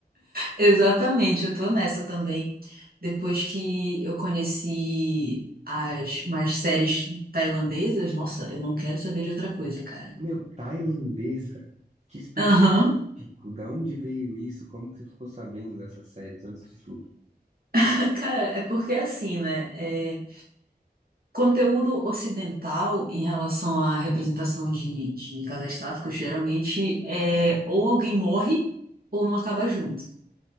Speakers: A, on the right (about 60°); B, on the right (about 45°).
A: Exatamente, eu tô nessa também. Depois que eu conheci as mais séries tailandesas, nossa, eu não quero saber de outra coisa, cara.
B: Meu, tailandesa, que específico,
A: Aham.
B: da onde veio isso? Como que você ficou sabendo dessas séries, antes de tudo?
A: <laughs> Cara, é porque é assim, né? É, conteúdo ocidental em relação à representação de, de casais sáficos, geralmente é ou alguém morre ou não acaba junto.